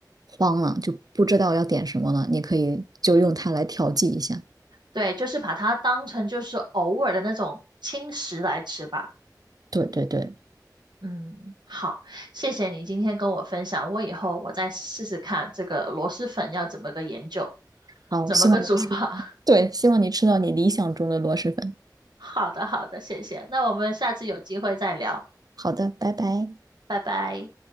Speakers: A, on the right (about 60°); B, on the right (about 80°).
A: 慌了，就不知道要点什么了，你可以就用它来调剂一下。
B: 对，就是把它当成就是偶尔的那种轻食来吃吧。
A: 对对对，
B: 嗯，好，谢谢你今天跟我分享，我以后我再试试看这个螺蛳粉要怎么个研究，
A: 好，
B: 怎么个煮法。
A: 希望你吃，对，希望你吃到你理想中的螺蛳粉。
B: <laughs> 好的，好的，谢谢。那我们下次有机会再聊，
A: 好的，拜拜。
B: 拜拜。